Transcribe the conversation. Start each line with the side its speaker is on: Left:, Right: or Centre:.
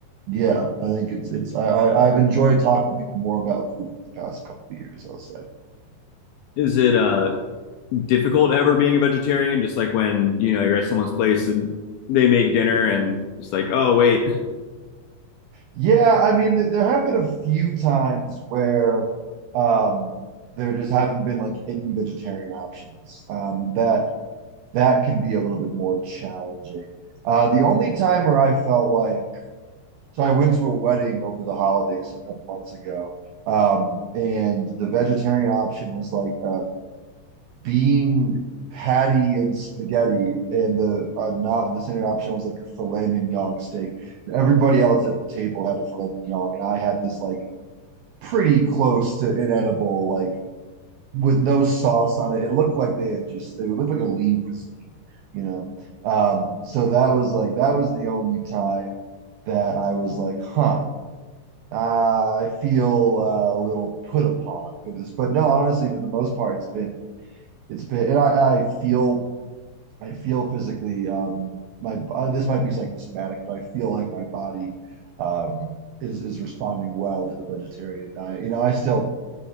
Right: yeah, I think it's it's I, I I've enjoyed talking to people more about food over the past couple of years, I'll say.
Left: Is it uh difficult ever being a vegetarian? Just like when you know you're at someone's place and they make dinner and it's like oh wait
Right: Yeah, I mean, th there have been a few times where um, there just haven't been like any vegetarian options. Um, that that can be a little bit more challenging. Uh, the only time where I felt like So I went to a wedding over the holidays a couple months ago, um, and the vegetarian option was like a bean patty and spaghetti, and the uh, not the standard option was like a filet mignon steak. And everybody else at the table had a filet mignon, and I had this like pretty close to inedible, like with no sauce on it. It looked like they had just it looked like a lean cuisine, you know. Um, so that was like that was the only time that I was like, huh uh, I feel uh, a little put upon for this, but no, honestly, for the most part, it's been it's been, and I, I feel I feel physically um, my uh, this might be psychosomatic, but I feel like my body um, is is responding well to the vegetarian diet. You know, I still